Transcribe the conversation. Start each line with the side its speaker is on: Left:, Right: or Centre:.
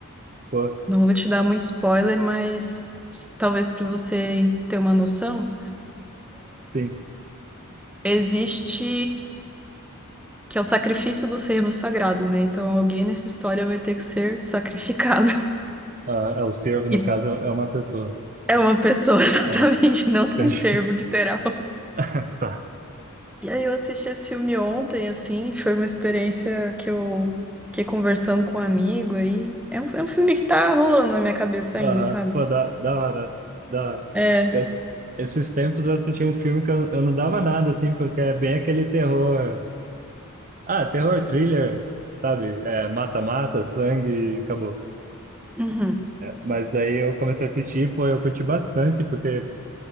Right: <laughs> pô,
Centre: Não vou te dar muito spoiler, mas talvez para você ter uma noção,
Right: sim.
Centre: existe que é o sacrifício do servo sagrado, né? Então alguém nessa história vai ter que ser sacrificado. <laughs>
Right: Ah, é, o servo, no
Centre: E
Right: caso, é é uma pessoa.
Centre: é uma pessoa, <laughs> exatamente,
Right: Ah,
Centre: não tem
Right: entendi.
Centre: servo, literal.
Right: <laughs> Tá.
Centre: E aí eu assisti esse filme ontem, assim, foi uma experiência que eu fiquei conversando com um amigo aí. É um, é um filme que tá rolando na minha cabeça
Right: Ah,
Centre: ainda, sabe?
Right: pô, da, da hora, da hora.
Centre: É.
Right: Es- esses tempos eu assisti um filme que eu, eu não dava nada, assim, porque é bem aquele terror. Ah, terror thriller, sabe? É, mata-mata, sangue, acabou.
Centre: Uhum.
Right: Mas aí eu comecei a assistir, pô, eu curti bastante, porque